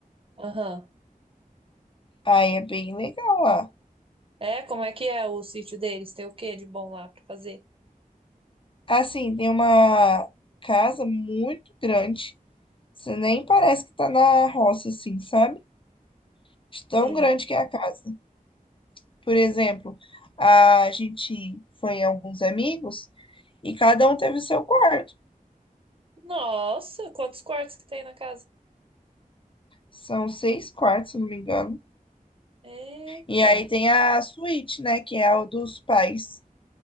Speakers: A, on the right; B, on the left.
A: Aham.
B: Aí é bem legal lá.
A: É, como é que é o sítio deles? Tem o que de bom lá pra fazer?
B: Assim, tem uma casa muito grande. Você nem parece que tá na roça, assim, sabe? De tão
A: Sim.
B: grande que é a casa. Por exemplo, a gente foi em alguns amigos e cada um teve o seu quarto.
A: Nossa, quantos quartos que tem na casa?
B: São seis quartos, se eu não me engano.
A: Eita.
B: E aí tem a suíte, né? Que é a dos pais.